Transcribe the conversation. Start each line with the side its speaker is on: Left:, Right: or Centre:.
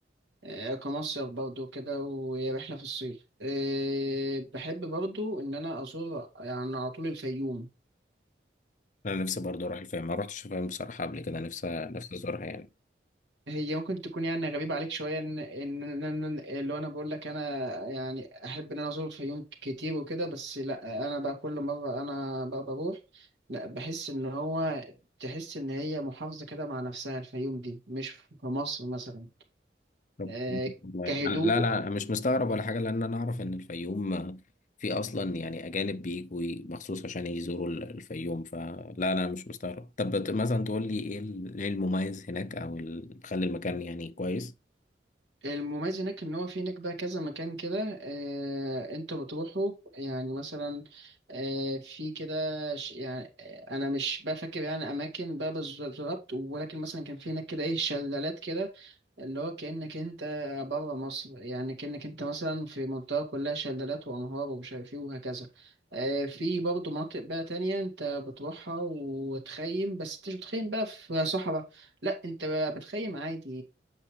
Right: آه، كمصيف برضو كده وهي رحلة في الصيف آه، بحب برضو إن أنا أزور يعني على طول الفيوم
Left: أنا نفسي برضو أروح الفيوم ما روحتش الفيوم بصراحة قبل كده نفسي نفسي أزورها يعني
Right: هي ممكن تكون يعني غريبة عليك شوية إن إن إن- إن- اللي هو أنا بقول لك أنا يعني أحب إن أنا أزور الفيوم كتير وكده بس لأ أنا بقى كل مرة أنا بقى بروح لأ بحس إن هو تحس إن هي محافظة كده مع نفسها الفيوم دي مش في مصر مثلا
Left: طب-
Right: آه،
Left: والله.
Right: كهدوء
Left: أنا- لا لا مش مستغرب ولا حاجة لأن أنا أعرف إن الفيوم آه، في أصلا يعني أجانب بيجوا مخصوص عشان يزوروا ال- الفيوم فلا لا مش مستغرب طب بت- مثلا تقول لي إيه ال- إيه المميز هناك أو اللي مخلي المكان يعني كويس
Right: المميز هناك ان هو في هناك بقى كذا مكان كده آه انت بتروحه يعني مثلا آه في كده ش- يعني آه، انا مش بقى فاكر يعني اماكن بقى بالظبط ولكن مثلا كان في هناك كده ايه شلالات كده اللي هو كأنك انت بره مصر يعني كأنك انت مثلا في منطقة كلها شلالات وأنهار ومش عارف ايه وهكذا آه، في برضه مناطق بقى تانية انت بتروحها وتخيم بس انت مش بتخيم بقى في صحراء لا انت بقى بتخيم عادي